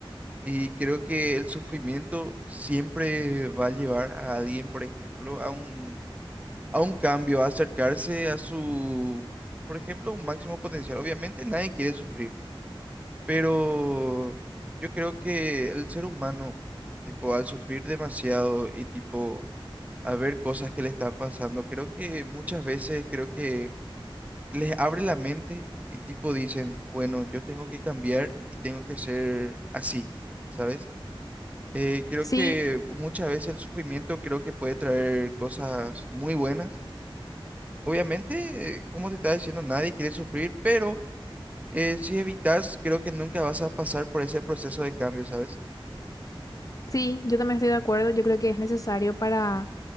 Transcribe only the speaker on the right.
Y creo que el sufrimiento siempre va a llevar a alguien, por ejemplo, a un a un cambio, a acercarse a su, por ejemplo, un máximo potencial. Obviamente nadie quiere sufrir, pero yo creo que el ser humano, tipo, al sufrir demasiado y tipo, a ver cosas que le están pasando, creo que muchas veces creo que les abre la mente y tipo dicen, bueno, yo tengo que cambiar y tengo que ser así, ¿sabes? Eh, creo
que muchas veces el sufrimiento creo que puede traer cosas muy buenas Obviamente, eh, como te estaba diciendo, nadie quiere sufrir, pero eh, si evitas, creo que nunca vas a pasar por ese proceso de cambio, ¿sabes?